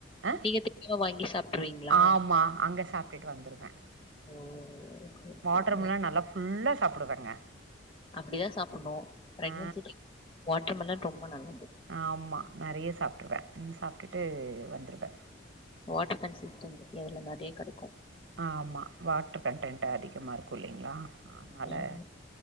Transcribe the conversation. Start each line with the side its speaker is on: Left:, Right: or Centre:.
Right: அ
Left: நீங்க தெரியாம வாங்கி சாப்ட்ருவீங்களா?
Right: ஆமா அங்க ச ப்ட்டுட்டு வந்துருவே
Left: ஓ ஓகே. ஓகே.
Right: வாட்டர்மெலான்
Left: நான்
Right: நல்லா ஃபுல்லா சாப்டுவேங்க
Left: அப்டிதா சாப்புட்ணு பிரெக்னென்சிக்கு
Right: ஆ
Left: வாட்ருமெலான் ரொம்ப நல்லது
Right: ஆமா நெறைய சாப்ட்ருவே சாப்டுட்டு வந்துறுவே
Left: வாட்ரு கன்சிஸ்டன் எதுல நெறைய கடைக்கு
Right: ஆமா வாட்ரு கன்டெயின்ட் அதிகமா இருக்கு இல்லைங்ளா அதனால
Left: ஆமா.